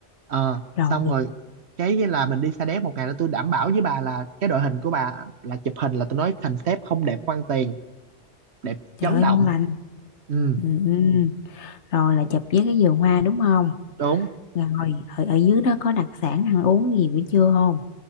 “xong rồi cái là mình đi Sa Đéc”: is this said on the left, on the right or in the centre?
Right